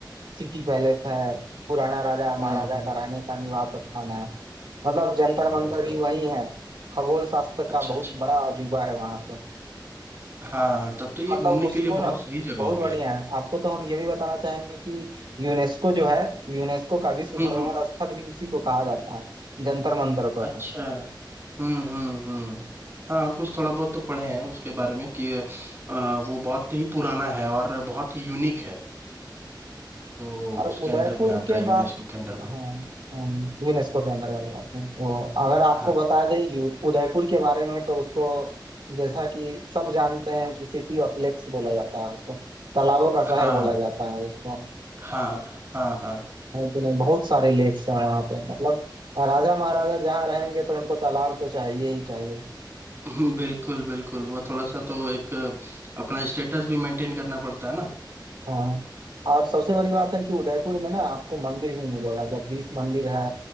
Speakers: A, on the right; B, on the right.
A: सिटी पैलेस है पुराना राजा महाराजा
B: हम्म हम्म।
A: का रहने का निवास स्थान है मतलब जंतर
B: अरे
A: मंतर भी
B: तब
A: वही है खगोल शास्त्र
B: अच्छा
A: का
B: अच्छा
A: बहुत बड़ा अजूबा है वहां पर
B: हाँ तब तो ये
A: मतलब
B: घूमने
A: उसको
B: के लिए
A: ना
B: बहुत सही जगह
A: बहुत
B: हो गया
A: बढ़िया है आपको तो हम ये भी बताना चाहेंगे कि यूनेस्को जो है यूनेस्को का विश्व
B: हम्म
A: धरोहर
B: हम्म
A: स्थल भी उसी को कहा जाता है जंतर मंतर पर
B: अच्छा हम्म हम्म हम्म हाँ कुछ थोड़ा बहुत तो पढ़े हैं उसके बारे में कि अ, वो बहुत ही पुराना है और बहुत ही यूनिक है तो
A: और
B: उसके
A: उदयपुर
B: अंडर में आता
A: के
B: है यूनेस्को
A: बाद
B: के अंडर
A: हाँ
B: में
A: हम, यूनेस्को के अंदर वाली बात है। वो अगर आपको
B: हाँ
A: बता दें यू- उदयपुर के बारे में तो उसको जैसा कि सब जानते हैं कि सिटी ऑफ लेक्स बोला जाता है उसको तालाबों का शहर
B: हाँ
A: बोला जाता है उसको
B: हाँ हाँ हाँ
A: है कि नहीं बहुत सारे लेक्स हैं यहाँ पे मतलब राजा महाराजा जहाँ रहेंगे तो उनको तालाब तो चाहिए ही चाहिए
B: हम्म, बिल्कुल बिल्कुल वो थोड़ा सा तो एक अपना स्टेटस भी मेंटेन करना पड़ता है ना
A: हाँ और सबसे बड़ी बात है कि उदयपुर में ना आपको मंदिर भी मिलेगा जगदीश मंदिर है